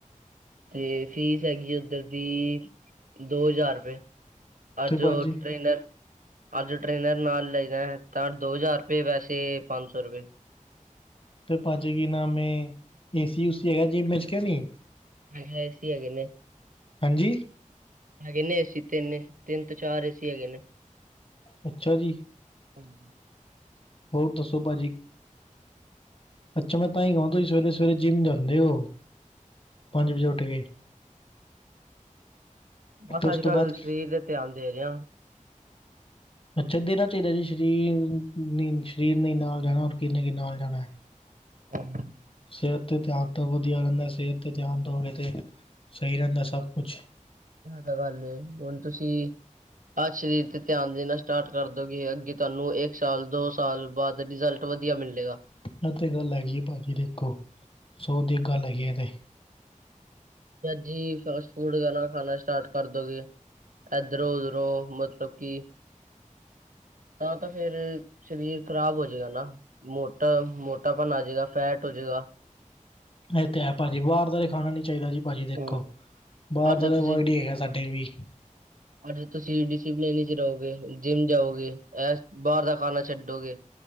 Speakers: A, on the right; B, on the left.
A: ਤੇ ਫੀਸ ਹੈਗੀ ਏ ਔਧਰ ਦੀ ਦੋ ਹਜ਼ਾਰ ਰੁਪਏ। ਆ
B: ਤੇ
A: ਜੋ
B: ਭਾਜੀ
A: ਟ੍ਰੇਨਰ ਅੱਜ ਟ੍ਰੇਨਰ ਨਾਲ ਲਈਦੈ ਤਾਂ ਦੋ ਹਜ਼ਾਰ ਰੁਪਏ, ਵੈਸੇ ਪੰਜ ਸੌ ਰੁਪਏ।
B: ਤੇ ਭਾ ਜੇ ਕੀ ਨਾਮ ਏ ਏਸੀ-ਉਸੀ ਹੈ ਜਿੰਮ ਇੱਚ, ਕੇ ਨਈ।
A: ਹੈਗਾ, ਏਸੀ ਹੈਗੇ ਨੇ।
B: ਹਾਂਜੀ।
A: ਹੈਗੇ ਨੇ ਏਸੀ ਤਿੰਨ ਏ। ਤਿੰਨ ਤੋਂ ਚਾਰ ਏਸੀ ਹੈਗੇ ਨੇ।
B: ਅੱਛਾ ਜੀ।
A: ਹੂੰ।
B: ਹੋਰ ਦੱਸੋ ਭਾਜੀ। ਅੱਛਾ ਮੈਂ ਤਾਂ ਈ ਕਵਾਂ ਤੁਸੀ ਸਵੇਰੇ-ਸਵੇਰੇ ਜਿੰਮ ਜਾਂਦੇ ਔ, ਪੰਜ
A: ਹਾਂਜੀ,
B: ਵਜੇ ਉੱਠ ਕੇ।
A: ਬਸ
B: ਤੇ ਉਸ
A: ਅੱਜ
B: ਤੋਂ
A: ਕੱਲ
B: ਬਾਅਦ
A: ਸਰੀਰ ਤੇ ਧਿਆਨ ਦੇ ਰਿਆਂ।
B: ਅੱਛਾ ਦੇਣਾ ਚਾਹੀਦੈ ਜੀ ਸ਼ਰੀਰ ਨੇ, ਸ਼ਰੀਰ ਨੇ ਈ ਨਾਲ ਜਾਣਾ ਔਰ ਕਿੰਨੇ ਕ ਨਾਲ ਜਾਣੈ।
A: ਅਮ।
B: ਸੇਅਤ ਤੇ ਧਿਆਨ ਤੋਂ ਵਧੀਆ ਰੈਂਦਾ ਸੇਅਤ ਤੇ ਧਿਆਨ ਦੋਗੇ ਤੇ ਸਈ ਰੇਂਦਾ ਸਭ ਕੁਛ।
A: ਇਹ ਤਾਂ ਗੱਲ ਏ। ਹੁਣ ਤੁਸੀ ਅੱਜ ਸਰੀਰ ਤੇ ਧਿਆਨ ਦੇਣਾ ਸਟਾਰਟ ਕਰ ਦੋਗੇ ਅੱਗੇ ਤੁਆਨੂੰ ਇੱਕ ਸਾਲ, ਦੋ ਸਾਲ ਬਾਦ ਰਿਜ਼ਲਟ ਵਧੀਆ ਮਿਲੇਗਾ।
B: ਐ ਤੇ ਗੱਲ ਹੈਗੀ ਏ ਪਾ ਜੀ ਦੇਖੋ ਸੋ ਦੀ ਇੱਕ ਗੱਲ ਹੈਗੀ ਏ ਐ ਤੇ
A: ਜੀ ਫਾਸਟ ਫੂਡ ਰੋਜਾਨਾ ਖਾਣਾ ਸਟਾਰਟ ਕਰ ਦੋਗੇ ਇਧਰੋਂ ਉਧਰੋਂ ਮਤਲਬ ਕਿ ਤਾਂ ਤੇ ਫੇਰ ਸਰੀਰ ਖ਼ਰਾਬ ਹੋਜੇਗਾ ਨਾ। ਮੋਟਾ, ਮੋਟਾਪਨ ਆ ਜੇਗਾ, ਫੈਟ ਹੋਜੇਗਾ।
B: ਐ ਤੇ ਹੈ ਭਾਜੀ ਬਾਰ ਦਾ ਤੇ ਖਾਣਾ ਨੀ ਚਾਈਦਾ ਜੀ ਪਾਜੀ ਦੇਖੋ,
A: ਹੂੰ
B: ਬਾਰ
A: ਔਰ
B: ਦਾ
A: ਜੇ
B: ਤੇ
A: ਤੁਸੀਂ
B: ਅਵੋਇਡ ਹੀ ਹੈਗੈ ਸਾਡੇ ਵੀ।
A: ਅੱਜ ਤੁਸੀਂ ਡਿਸੀਪਲਨ ਇੱਚ ਰਔਗੇ, ਜਿੰਮ ਜਾਔਗੇ, ਐਸ, ਬਾਰ ਦਾ ਖਾਣਾ ਛੱਡੋਗੇ